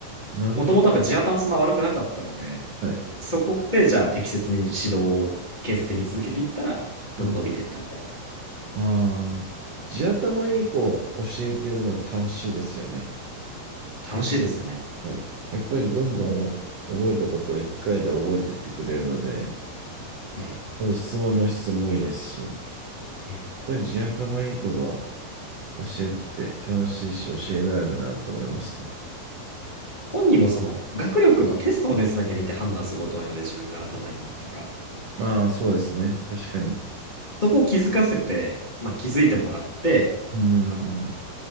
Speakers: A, on the right; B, on the left.
A: なるほど。
B: もともとなんか地頭そんな悪くなかったので、
A: はい。
B: そこでじゃあ適切に指導を継続的に続けていったら、どんどん伸びていったみたいな。
A: うん。ああ。地頭いい子を教えてるの楽しいですよね。
B: 楽しいですね。
A: はい。やっぱりどんどん覚えたことを一回で覚えてってくれるので、
B: え
A: あと質問の質もいいですし、やっ
B: え。
A: ぱり地頭いい子は教えてて楽しいし教えがあるなと思いますね。
B: 本人もその学力のテストの熱だけ見て判断することが多いので自分が頭いいわねとか、
A: ああ、そうですね。確かに。
B: そこを気づかせて、まあ、気づいてもらって、
A: うん。
B: なんか
A: うん